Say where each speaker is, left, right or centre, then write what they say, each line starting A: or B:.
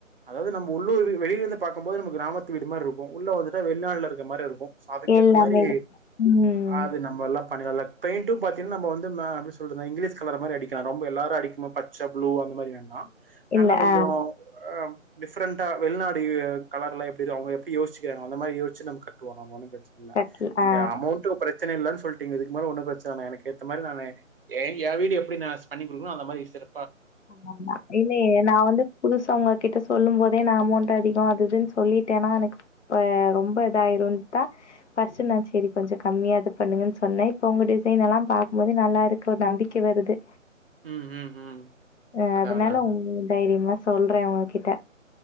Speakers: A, on the right (about 45°); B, on the left (about 60°).
A: அதாவது நம்ம உள்ளூர் வெளில இருந்து பாக்குபோது கிராமத்து வீடு மாரி இருக்கும் உள்ள வந்துட்டு வெளிநாடுல இருக்கிற மாரி இருக்கும் சோ அதுகேத்த
B: எல்லாமே
A: மாறி
B: இருக்கும். ம்.
A: அது நம்ம எல்லாம் பணிகள்லா பெயிட் டும் பாத்தீங்கா நம்ம வந்து அப்டி சொறது இங்கிலீஷ் கலர மாரி அடிக்காம் ரொம்ப எல்லாரும் அடிக்குமா பச்ச புளு அந்த மாரி வேண்டாம்
B: இல்ல.
A: நல்ல கொஞ்சம்
B: ஆ.
A: அ டிஃப்ரண்டா வெளிநாடு கலர்ல எப்டி அவங்கப்படி யோசிக்கிறாங்க அந்த மாரி யேச்சு நம்ம கட்டுவோம் பிரச்சனை இல
B: கட்ல்
A: நீங்க
B: ஆ
A: அமௌண்ட் பிரச்சனை இல சொல்லிங்க இதுக்கு மேல ஒன்னும் பிரச்சன எனக்கு மாதி ந வீடு எப்ப பண்ணி கொடுக்க அந்த மாரி சிற
B: <inaudible> <inaudible> நான் வந்து புதுச உங்க கிட்ட சொல்லும் போதே நான் அமௌண்ட் அதிகம் இதுன்னு சொல்லிட்னா எனக்கு இப்ப ரொம்ப இதாயிரும் தான் ஃபர்ஸ்ட் நான் சரி கொஞ்சம் கம்மியா இது பண்ணுங்கன்னு சொன்னேன் இப்ப உங்க டிசைன் எல்லாம் பாகக்கும் போது நல்லா இருக்கு ஒரு நம்பிக்கை வருது
A: ம் ம் ம்
B: அ
A: அதா
B: அதனால
A: அதா அதா
B: உங்க தைரியமா சொல்றேன் உங்ககிட்ட